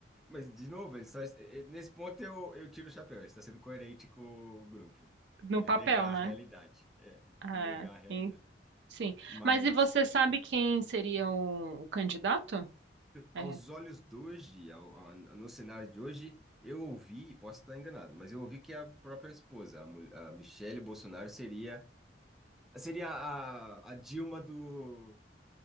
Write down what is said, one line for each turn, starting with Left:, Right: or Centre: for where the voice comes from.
Centre: mas de novo, ele só, é, é, nesse ponto eu, eu tiro o chapéu. Ele está sendo coerente com o grupo.
Right: no
Centre: É
Right: papel,
Centre: negar
Right: né?
Centre: a realidade. É,
Right: É,
Centre: negar a realidade.
Right: em- sim.
Centre: Mas.
Right: Mas e você sabe quem seria o, o candidato? É,
Centre: aos olhos de hoje, ao, ao- no cenário de hoje, eu ouvi, e posso estar enganado, mas eu ouvi que a própria esposa, a, mul- a Michele Bolsonaro, seria, seria a, a Dilma do,